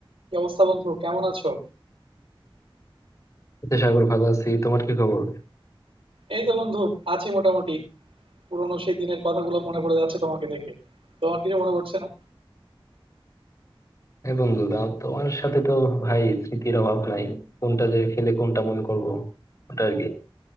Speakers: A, on the right; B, on the left.
A: কি অবস্থা বন্ধু কেমন আছো
B: এই তো সাগর ভালো আছি তোমার কি খবর
A: এই তো বন্ধু আছি মোটামুটি পুরোনো সেই দিনের কথাগুলো মনে পড়ে যাচ্ছে তোমাকে দেখে তোমার কিছু মনে পড়ছে না
B: এই বন্ধু দাও তোমার সাথে তো ভাই স্মৃতির অভাব নাই কোনটা যে ফেলে কোনটা মনে করব ওটা আর কি